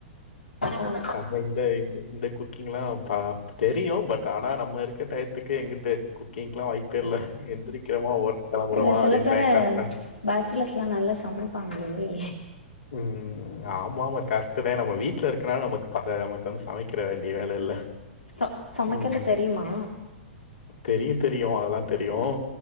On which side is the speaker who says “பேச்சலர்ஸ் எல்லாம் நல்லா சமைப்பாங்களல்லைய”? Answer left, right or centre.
Left